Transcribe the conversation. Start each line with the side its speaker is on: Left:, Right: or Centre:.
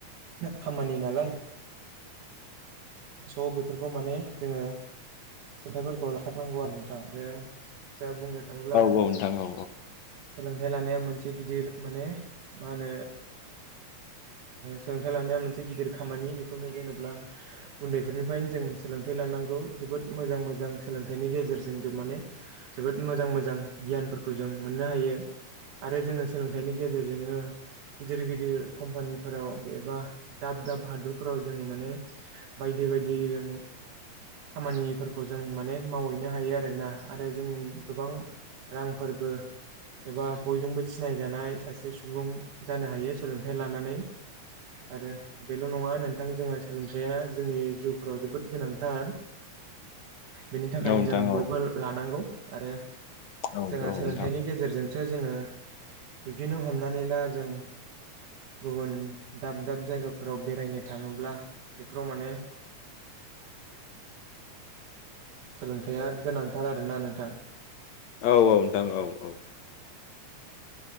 Right: खामानि नालाय स' बेफोरखौ माने जोङो सोंथाइफोरखौ लाथारनांगौ आरो नोंथां आरो जोंहा बुंनो थाङोब्ला
Left: नोंथां औ
Right: सोलोंथाइ लानाया मोनसे गिदिर माने मा होनो सोलोंथाइ लानाया मोनसे गिदिर खामानि बेखौनो जेनब्ला उन्दैफोरनिफ्रायनो जों सोलोंथाइ लानांगौ जोबोद मोजां मोजां सोलोंथाइनि गेजेरजों जों माने जोबोद मोजां मोजां गियानफोरखौ जों मोननो हायो। आरो जोङो सोलोंथाइनि गेजेरजोंनो गिदिर गिदिर कम्पानि फोराव एबा दाब दाब हादरफोराव जोङो माने बायदि बायदि जों खामानिफोरखौ जों माने मावहैनो हायो आरोना आरो जों गोबां रां फोरबो एबा बयजोंबो सिनायजानाय सासे सुबुं जानो हायो सोलोंथाइ लानानै <inaudible> आरो बेल' नङा नोंथां जोंहा सोलोंथाइया जोंनि जिउफोराव जोबोद गोनांथार। बेनि थाखायनो
Left: औ नोंथां
Right: जों
Left: औ
Right: बयबो लानांगौ आरो
Left: औ
Right: जोंहा
Left: औ नोंथां औ
Right: सोलोंथाइनि
Left: नोंथां
Right: गेजेरजों सो जोङो बिब्दिनो हमनानै ला जों गुबुन दाब दाब जायगाफोराव बेरायनो थाङोब्ला बेफोराव माने सोलोंथाइया गोनांथार आरोना नोंथां।
Left: औ औ नोंथां औ औ।